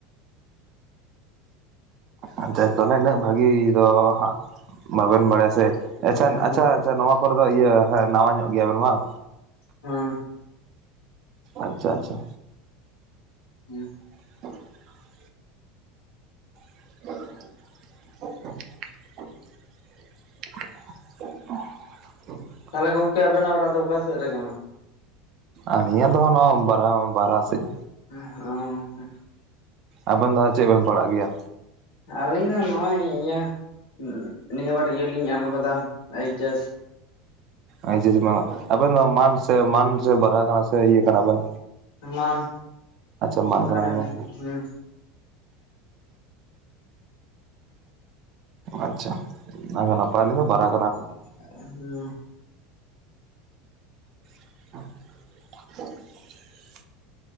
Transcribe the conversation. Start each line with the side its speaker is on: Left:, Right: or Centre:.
Right: ᱟᱪᱮ ᱛᱟᱦᱚᱞᱮ ᱤᱱᱟᱹᱜ ᱵᱷᱟᱜᱤ ᱫᱚ ᱦᱟᱸᱜ ᱵᱟᱵᱮᱱ ᱵᱟᱲᱟᱭᱟ ᱥᱮ, ᱟᱪᱪᱷᱮ
Left: ᱦᱮᱸ
Right: ᱟᱪᱪᱷᱟ
Left: ᱦᱮᱸ
Right: ᱟᱪᱪᱷᱟ ᱱᱚᱣᱟ ᱠᱚᱨᱮ ᱫᱚ ᱤᱭᱟᱹ ᱦᱟᱸᱜ ᱱᱟᱣᱟ ᱧᱚᱜ ᱜᱮᱭᱟᱵᱮᱱ ᱵᱟᱝ?
Left: ᱦᱩᱸ
Right: ᱟᱪᱪᱷᱟ ᱟᱪᱪᱷᱟ,
Left: ᱦᱩᱸ
Right: <unintelligible> <unintelligible> <unintelligible>
Left: ᱛᱟᱦᱟᱞᱮ ᱜᱚᱝᱠᱮ ᱟᱵᱮᱱᱟᱜ ᱚᱲᱟᱜ ᱫᱚ ᱚᱠᱟ ᱥᱮᱫ ᱨᱮ ᱠᱟᱱᱟ?
Right: ᱟᱠᱤᱧᱟᱜ ᱫᱚ ᱱᱚᱣᱟ ᱵᱟᱨᱦᱟᱣ ᱵᱟᱨᱦᱟ ᱥᱮᱤᱫ।
Left: <unintelligible>
Right: ᱟᱵᱮᱱ ᱫᱚ ᱪᱮᱫ ᱵᱮᱱ ᱯᱟᱲᱟᱜ ᱜᱮᱭᱟ?
Left: ᱟᱹᱞᱤᱧ ᱫᱚ ᱱᱚᱜᱼᱚᱭ ᱤᱭᱟᱹ <unintelligible> ᱱᱤᱭᱟᱹᱵᱟᱨ ᱤᱭᱟᱹᱞᱤᱧ ᱮᱢ ᱟᱠᱟᱫᱟ ᱮᱭᱤᱪᱮᱥ।
Right: ᱮ ᱡᱮ <unintelligible> ᱟᱵᱚ ᱫᱚ ᱱᱚᱣᱟ ᱢᱟᱱ ᱥᱮ ᱢᱟᱱ ᱥᱮ ᱵᱟᱨᱟᱜᱷᱟ ᱥᱮ ᱤᱭᱟᱹ ᱠᱟᱱᱟ ᱵᱚᱱ?
Left: ᱢᱟᱱ
Right: ᱢᱟᱱ
Left: <unintelligible>
Right: ᱠᱟᱱᱟ ᱵᱮᱱ
Left: ᱦᱩᱸ
Right: ᱟᱪᱪᱷᱟ ᱚᱱᱟ ᱜᱮ ᱱᱟᱯᱟᱭ ᱞᱤᱧ ᱫᱚ ᱵᱟᱨᱟ ᱼᱼ
Left: <unintelligible>
Right: <unintelligible>